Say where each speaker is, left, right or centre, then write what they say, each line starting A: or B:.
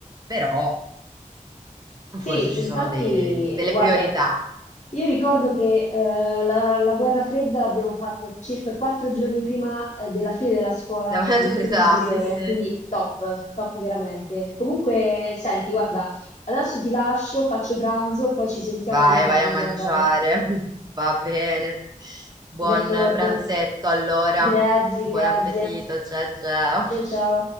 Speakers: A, on the right; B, on the left.
A: però
B: Sì,
A: forse ci
B: infatti,
A: sono de- delle
B: guarda,
A: priorità.
B: io ricordo che eh, la, la guerra fredda l'abbiamo fatta circa quattro giorni prima eh, della fine della scuola
A: <laughs> Davanti
B: di
A: alle priorità,
B: quinto superiore,
A: sì, sì.
B: quindi top, top veramente. Comunque, senti, guarda, adesso ti lascio, faccio pranzo, poi ci sentiamo
A: Vai,
B: dopo pranzo,
A: vai a mangiare.
B: va bene?
A: <laughs> Va bene. Buon
B: D'accordo.
A: pranzetto allora.
B: Grazie,
A: Buon
B: grazie.
A: appetito, ciao ciao.
B: Ciao, ciao.